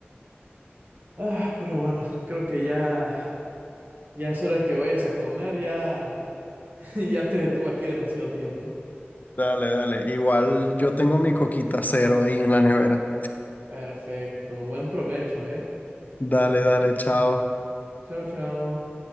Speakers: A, on the right; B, on the left.
A: Ah, pero bueno, creo que ya, ya es hora de que vayas a comer. Ya, <laughs> ya te detuve aquí demasiado tiempo.
B: Dale, dale. Igual yo tengo mi coquita cero ahí en la nevera.
A: Perfecto, buen provecho, ¿eh?
B: Dale, dale, chao.
A: Chao, chao.